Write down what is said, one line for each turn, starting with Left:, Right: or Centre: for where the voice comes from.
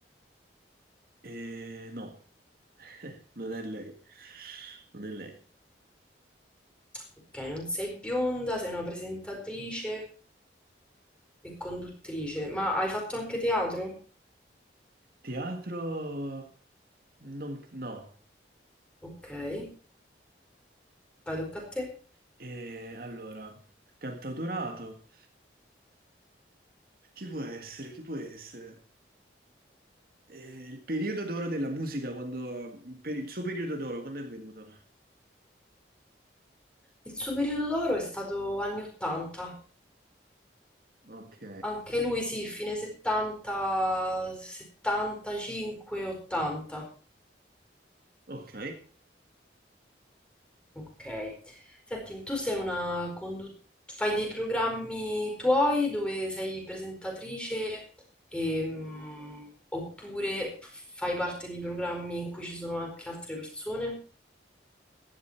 Right: Eh, no, <laughs> non è lei. Non è lei.
Centre: Ok, non sei bionda, sei una presentatrice e conduttrice, ma hai fatto anche teatro?
Right: Teatro... Non, no.
Centre: Ok, vai, tocca a te.
Right: Eh, allora, cantautorato. Chi può essere? Chi può essere? Eh, il periodo d'oro della musica, quando, il, per- il suo periodo d'oro, quando è venuto?
Centre: Il suo periodo d'oro è stato anni 80.
Right: Ok.
Centre: Anche lui sì, fine 70, 75, 80.
Right: Ok.
Centre: Ok. Senti, tu sei una condu- fai dei programmi tuoi dove sei presentatrice ehm, oppure fai parte di programmi in cui ci sono anche altre persone?